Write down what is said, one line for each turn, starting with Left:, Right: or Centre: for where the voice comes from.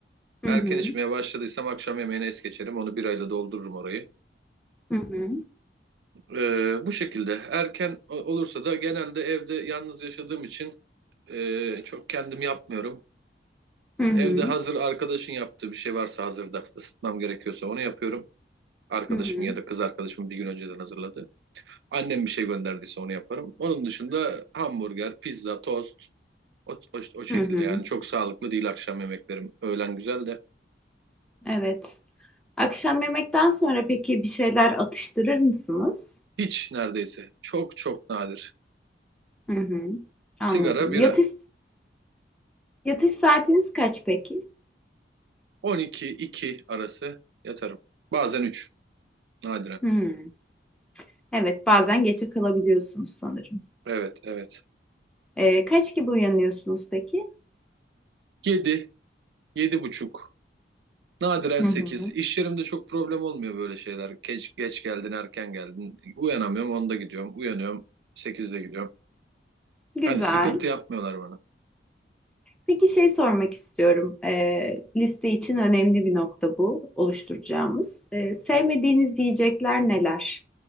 Centre: hı
Right: Erken
Centre: hı,
Right: içmeye başladıysam akşam yemeğini es geçerim. Onu birayla doldururum orayı.
Centre: hı hı,
Right: Ee, bu şekilde erken o- olursa da genelde evde yalnız yaşadığım için ee, çok kendim yapmıyorum.
Centre: hı hı,
Right: Evde hazır arkadaşın yaptığı bir şey varsa hazırda ısıtmam gerekiyorsa onu yapıyorum. Arkadaşım
Centre: hı hı,
Right: ya da kız arkadaşım bir gün önceden hazırladı. Annem bir şey gönderdiyse onu yaparım. Onun dışında hamburger, pizza, tost o, o, o şekilde
Centre: hı hı.
Right: yani çok sağlıklı değil akşam yemeklerim. Öğlen güzel de
Centre: Evet. Akşam yemekten sonra peki bir şeyler atıştırır mısınız?
Right: hiç neredeyse çok çok nadir.
Centre: Hı hı. Anladım.
Right: Sigara, bira.
Centre: Yatış yatış saatiniz kaç peki?
Right: 12-2 arası yatarım. Bazen üç nadiren.
Centre: Hmm. Evet, bazen geçe kalabiliyorsunuz sanırım.
Right: Evet evet.
Centre: Ee, kaç gibi uyanıyorsunuz peki?
Right: 7, 7 buçuk Nadiren
Centre: Hı
Right: 8.
Centre: hı.
Right: İş yerimde çok problem olmuyor böyle şeyler. Geç, geç geldin, erken geldin. Uyanamıyorum, onda gidiyorum. Uyanıyorum, sekizde gidiyorum.
Centre: Güzel.
Right: Hani sıkıntı yapmıyorlar bana.
Centre: Peki şey sormak istiyorum. Ee, liste için önemli bir nokta bu oluşturacağımız. Ee, sevmediğiniz yiyecekler neler?